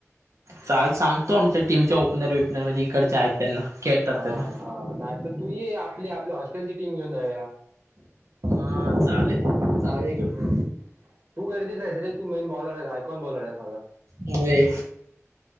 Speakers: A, on the right; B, on the right.
A: चाल सांगतो आमच्या टीमच्या ओपनर बेपनर म्हणजे इकडच्या आहेत. त्यांना खेळतात
B: हा
A: त्यांना
B: हा नाही तर तूही आपली आपल्या हॉस्टेलची टीम घेऊन जाऊया
A: हा चालेल
B: हम्
A: जाऊया घेऊन
B: हम्म. तू गरजेच आहेस रे तू मेन बॉलर आहेस आयकॉन बॉलर आहेस माझा.
A: होय